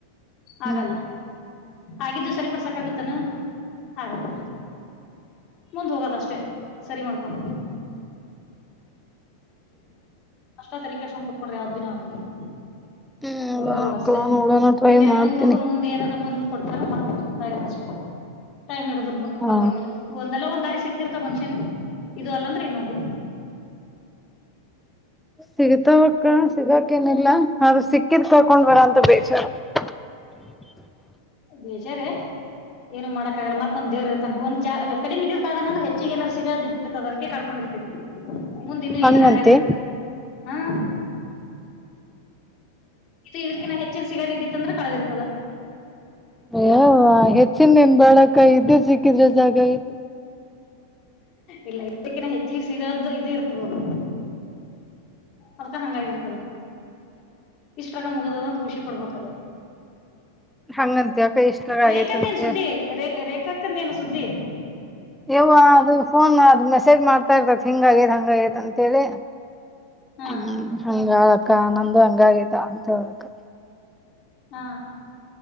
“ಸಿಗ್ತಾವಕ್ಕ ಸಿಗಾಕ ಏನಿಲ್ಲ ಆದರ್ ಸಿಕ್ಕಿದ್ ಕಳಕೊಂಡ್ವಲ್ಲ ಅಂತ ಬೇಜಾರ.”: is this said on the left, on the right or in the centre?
Centre